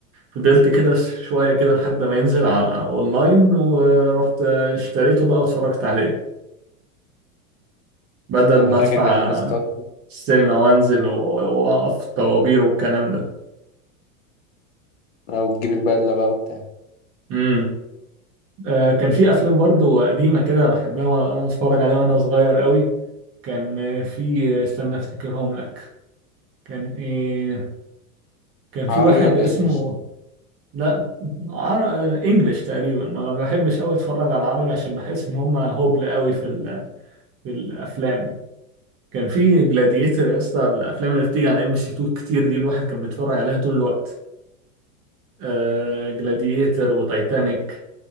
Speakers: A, on the right (about 30°); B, on the left (about 60°).
A: فضلت كده شوية كده لحد ما ينزل على على أونلاين ورحت اشتريته بقى واتفرجت عليه بدل
B: أنا
A: ما
B: فاكر
A: أدفع
B: كان الناس بتقعد
A: السينما وأنزل و- وأقف طوابير والكلام ده
B: أو تجيب البدلة بقى وبتاع
A: امم آه كان في أفلام برضو قديمة كده بحبها وأنا أتفرج عليها وأنا صغير قوي كان آه، في آه، استنى أفتكرهم لك كان إيه كان في
B: عربي
A: واحد
B: ولا
A: اسمه
B: إنجلش؟
A: لا عر... آه، إنجليش تقريبا ما بحبش قوي أتفرج على العربي عشان بحس إن هما هبل قوي في ال... في الأفلام كان في جلاديتر يا اسطى الافلام اللي بتيجي على ام سي 2 كتير دي الواحد كان بيتفرج عليها طول الوقت آه جلاديتر وتايتانيك